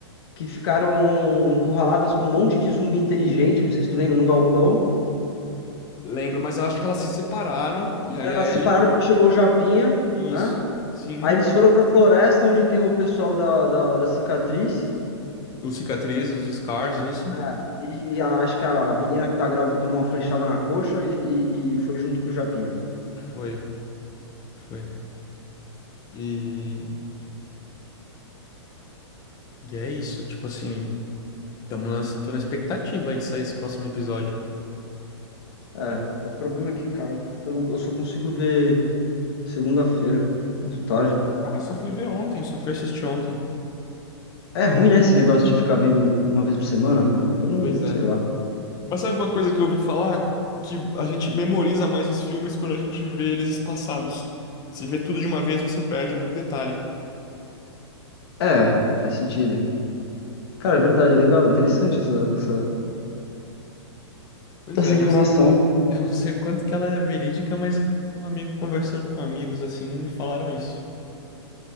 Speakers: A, on the left; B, on the left.
A: que ficaram encurraladas com um monte de zumbi inteligente, não sei se tu lembra, num galpão.
B: Lembro, mas eu acho que elas se separaram. E aí
A: Elas
B: a Ellie.
A: se separaram porque chegou o Japinha,
B: Isso.
A: né?
B: Sim.
A: Aí eles foram pra floresta onde tem o pessoal da, da, da cicatriz.
B: Os cicatrizes, os scars, isso.
A: É, e, e a- acho que a menina que tá grávida tomou uma flechada na coxa e, e, e foi junto com o Japinha.
B: Foi, foi. E, e é isso. Tipo assim, tamo na, tô na expectativa aí de sair esse próximo episódio.
A: É, o problema é que, cara, eu, não- eu só consigo ver segunda-feira, muito tarde.
B: Ah, eu só fui ver ontem, só fui assistir ontem.
A: É ruim, né, esse negócio de ficar vendo uma vez por semana, cara? Eu não
B: Pois é.
A: sei lá.
B: Mas sabe uma coisa que eu ouvi falar? Que a gente memoriza mais os filmes quando a gente vê eles espaçados. Se vê tudo de uma vez, você perde muito detalhe.
A: É, faz sentido. Cara, é verdade, é legal, interessante essa, essa,
B: Pois
A: essa
B: é,
A: informação.
B: não- eu não sei o quanto que ela é verídica, mas um amigo conversando com amigos assim me falaram isso.